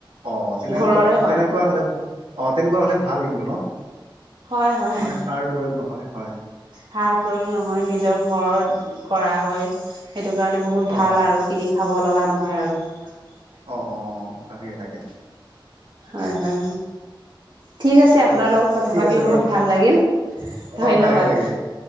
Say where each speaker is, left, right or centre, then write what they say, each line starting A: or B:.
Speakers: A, on the right; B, on the right.
A: অ তেনে
B: ঘৰৰে
A: তেনেকুৱা
B: হয়
A: হলে। অ তেনেকুৱা হ'লে ভাল কিন্তু ন,
B: হয় হয়
A: মানে সাৰ প্ৰয়োগ নহয় হয়।
B: সাৰ প্ৰয়োগ নহয় নিজৰ ঘৰত কৰা হয়, সেইটো কাৰণে বহুত ভাল
A: অ
B: আৰু কিনি। খাব লগা নহয় আৰু।
A: অ অ তাকেই তাকে।
B: হয় হয়। ঠিক আছে আপোনাৰ
A: এ,
B: লগত কথা
A: ঠিক
B: পাতি
A: আছে
B: বহুত
A: বাৰু
B: ভাল লাগিল ধন্যবাদ।
A: অ তাকে তাকে